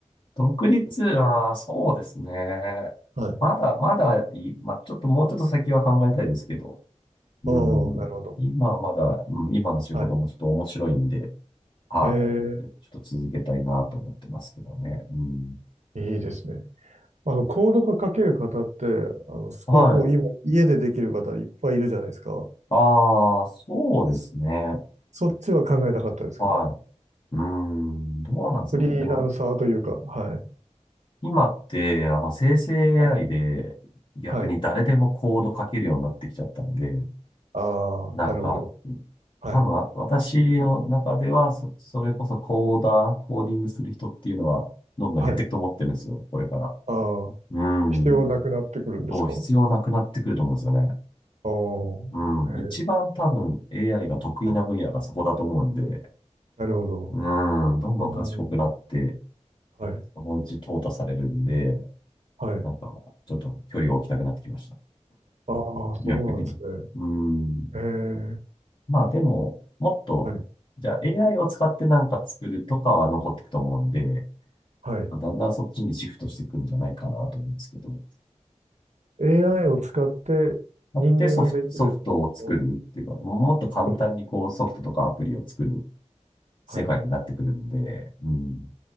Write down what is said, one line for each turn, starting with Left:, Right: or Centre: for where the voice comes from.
Left: 独立、ああ、そうですね。
Right: はい。
Left: まだ、まだいい、まあ、ちょっともうちょっと先は考えたいですけど、うん。
Right: おー、なるほど。
Left: 今はまだ、うん、今の仕事もちょっと面白いんで、
Right: はい。
Left: はい。
Right: えー、
Left: ちょっと続けたいなと思ってますけどね。うん。
Right: いいですね。あの、コードが書ける方って、あの、すごいもう今、
Left: はい。
Right: 家でできる方いっぱいいるじゃないですか。
Left: ああ、そうですね。
Right: そそっちは考えなかったですか
Left: はい。うーん、どうなんですかね。
Right: フリーランサーというか、
Left: でも、
Right: はい。
Left: 今って、あの、生成 AI
Right: はい。
Left: で逆に誰でもコード書けるようになってきちゃったんで、
Right: はい。ああ、
Left: なんか、
Right: なるほど。はい。
Left: 多分わ私の中ではそ、それこそコーダー、コーディングする人っていうのは、どんどん減っていくと思ってるんですよ、
Right: はい。
Left: これから。
Right: ああ、
Left: うん。
Right: 必要なくなってくるんですか
Left: そう、必要なくなってくると思うんですよね。
Right: ああ、
Left: うん。一番多分
Right: へえ
Left: AI が得意な分野がそこだと思うんで、
Right: はい。なるほど。
Left: うん。どんどん賢くなって、
Right: おーはい。
Left: そのうち淘汰されるんで、
Right: はい。
Left: なんか、ちょっと距離を置きたくなってきました。
Right: ああ、そうなんですね。
Left: 逆に。うん。
Right: ええ
Left: まあでも、もっと、
Right: はい。
Left: じゃあ AI を使ってなんか作るとかは残っていくと思うんで、
Right: はい。
Left: まあだんだんそっちにシフトしていくんじゃないかなと思うんですけど、
Right: AI を使って人間ができるのは
Left: あってソフト、ソフトを作るっていうか、ももっと簡単にこうソフトとかアプリを作る
Right: ソフト。
Left: 世界になってくるんで、
Right: はい。
Left: うん、